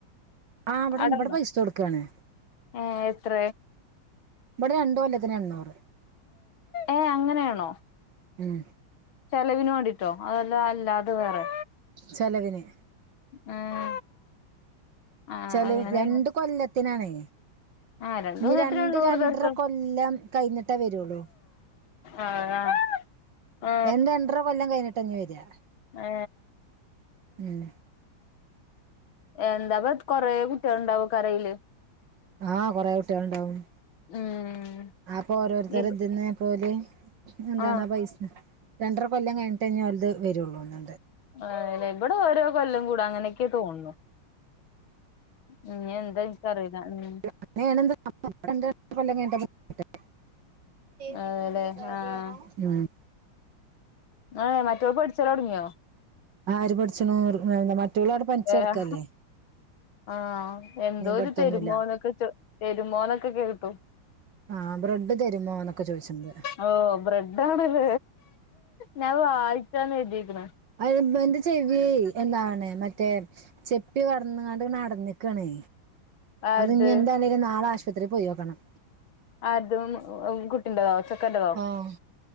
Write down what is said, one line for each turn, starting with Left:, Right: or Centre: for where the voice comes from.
Right: ആഹ് ഇവിടെ
Left: അവിടെണ്ടോ.
Right: ഇവിടെ പൈസ കൊടുക്കാണ്
Left: അഹ് എത്ര.
Right: ഇവിടെ രണ്ട് കൊല്ലത്തിന് എണ്ണൂറ്.
Left: അഹ് അങ്ങനെയാണോ?
Right: ഉം.
Left: ചെലവിന് വേണ്ടിട്ടോ അതെല്ലാം അല്ലാതത് വേറെ.
Right: ചെലവിന്.
Left: ആഹ്. ആഹ്
Right: ചെലവ്
Left: അങ്ങനെയാണ്
Right: രണ്ട് കൊല്ലത്തിനാണെ.
Left: ആഹ്
Right: ഇനി
Left: ദിവസത്തിന്
Right: രണ്ട്
Left: നൂറ്
Right: രണ്ടര
Left: പേർക്ക്
Right: കൊല്ലം കഴിഞ്ഞിട്ടേ വരുള്ളു.
Left: ആഹ് ആ ആ.
Right: രണ്ട് രണ്ടര കൊല്ലം കഴിഞ്ഞട്ടാണ് ഞ് വരാ.
Left: ഹേ.
Right: ഉം.
Left: എന്താപ്പ കൊറെ കുട്ടികൾ ഉണ്ടാവും യ് കരംആയില്.
Right: ആഹ് കൊറെ കുട്ടികൾണ്ടാവും
Left: ഉം
Right: അപ്പൊ ഓരോരുത്തരുടെ
Left: ഇവ്
Right: ഇതിൻ പോല്. എന്താണാ
Left: ആഹ്
Right: പൈസ രണ്ടര കൊല്ലം കഴിഞ്ഞിട്ടെ ഓലത് ഇഞ്ഞ് വരുള്ളൂ. തോന്നുണ്ട്
Left: അ ഇവിടെ ഓരോ കൊല്ലം കൂടെ അങ്ങനെയൊക്കെ തോന്നുണ്. ഉം എന്താ എനിക്ക് അറിയുല. ഉം
Right: അങ്ങനെയണ <unintelligible> എയുതി
Left: അതെല്ലേ
Right: പോകേണ്ട കാര്യാണോ.
Left: ആഹ്
Right: ഉം
Left: ഹേ മറ്റൊൾ പഠിച്ചൽ തുടങ്ങിയോ?
Right: ആര് പഠിച്ചണൂ എന്താ മറ്റൊൾ അവിടെ പനീച്ചുെടുക്കല്ലേ.
Left: ഏഹ് ആഹ് എന്തോ ഒരു
Right: പഠിത്തൊന്നുമില്ല
Left: തെരുമോനൊക്കെ തെരുമോനൊക്കെ കേട്ടു
Right: ആഹ് ബ്രെഡ് തരുമോ എന്നൊക്കെ ചോദിച്ചിണ്ട്
Left: ഓ ബ്രെഡ് ആണല്ല ഞാൻ വായിച്ചാണ് എഴുതിക്കുന്ന
Right: അയമന്റെ ചെവി എന്താണ് മറ്റേ ചെപ്പി കടന്നണ്ട് അ നടന്നിക്കണേ
Left: ആര്ത്
Right: അത് ഇനി എന്താണ്ടും നാള ആ പത്രി പോയോക്കണം
Left: അതും കുട്ടിന്റെതോ ചെക്കന്റെതോ
Right: ആഹ്